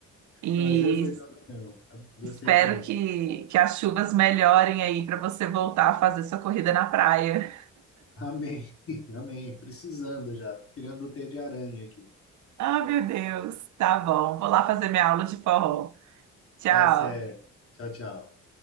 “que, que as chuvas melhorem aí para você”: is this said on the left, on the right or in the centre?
Right